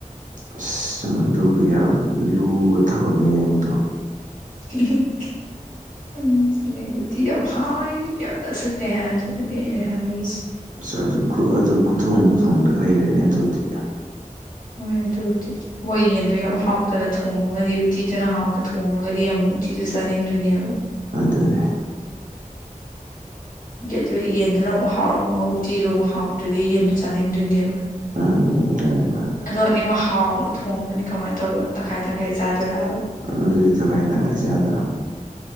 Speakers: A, on the right; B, on the left.
A: ꯑꯁ ꯃꯗꯨ ꯌꯥꯝ ꯂꯨꯕ ꯊꯕꯛꯅꯦ ꯃꯗꯨ
B: <unintelligible> <unintelligible> ꯎꯇꯤ ꯌꯥꯝ ꯍꯥꯎꯔꯦ ꯌꯥꯝ ꯆꯥꯁꯤꯟꯂꯦ ꯍꯥꯏꯕꯗꯨꯗꯅꯤ ꯑꯩꯅ ꯍꯪꯂꯛꯏꯁꯦ
A: ꯑꯁ ꯑꯗꯨ ꯑꯗꯨ ꯈꯨꯊꯣꯡ ꯈꯨꯊꯣꯡꯗ ꯂꯩꯔꯦꯅꯦ ꯑꯗꯨꯗꯤ
B: ꯍꯣꯏ ꯑꯗꯨꯕꯨꯗꯤ ꯃꯣꯏ ꯌꯦꯟꯗꯣ ꯌꯥꯝ ꯍꯥꯎꯇꯅ ꯊꯣꯡꯉꯒꯗꯤ ꯎꯇꯤꯗꯨꯅ ꯍꯥꯎꯅ ꯊꯣꯡꯉꯒꯗꯤ ꯑꯃꯨꯛ ꯎꯇꯤꯗꯨ ꯆꯥꯅꯤꯡꯗꯣꯏꯅꯦꯕ
A: ꯑꯗꯨꯅꯦ
B: ꯑꯗ‌ꯣ ꯌꯦꯟꯗꯨꯅ ꯑꯃꯨꯛ ꯍꯥꯎꯅ ꯉꯧꯔꯥ ꯎꯇꯤꯗꯣ ꯑꯃꯨꯛ ꯍꯥꯎꯇ꯭ꯔꯥꯗꯤ ꯌꯦꯟꯗꯣ ꯆꯥꯅꯤꯡꯗꯣꯏꯅꯦꯕ
A: ꯎꯝ ꯎꯝ
B: ꯑꯗꯣ ꯅꯦꯠꯋꯥꯛ ꯍꯥꯎꯅ ꯊꯣꯡꯉꯥꯃꯒꯗꯤ ꯀꯃꯥꯏꯟ ꯇꯧꯕ ꯇꯪꯈꯥꯏ ꯇꯪꯈꯥꯏ ꯆꯥꯗꯣꯏꯔꯕ
A: ꯑ ꯑꯗꯨꯗꯤ ꯇꯪꯈꯥꯏ ꯇꯪꯈꯥꯏ ꯆꯥꯇꯕ <unintelligible>